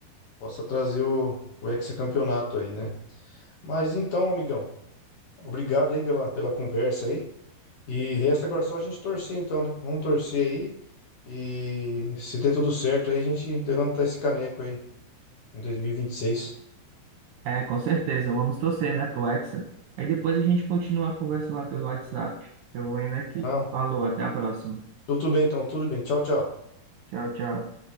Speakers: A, on the left; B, on the right.
A: possa trazer o, o hexacampeonato aí, né? Mas então, amigão, obrigado aí pela, pela conversa aí. E resta agora só a gente torcer então, né? Vamos torcer aí. E se der tudo certo aí, a gente levantar esse caneco aí em dois mil e e vinte e seis
B: É, com certeza, vamos torcer, né, pro Hexa. Aí depois a gente continua a conversa lá pelo WhatsApp. Eu vou indo aqui.
A: Não,
B: Falou, até a próxima.
A: tudo bem então, tudo bem. Tchau, tchau.
B: Tchau, tchau.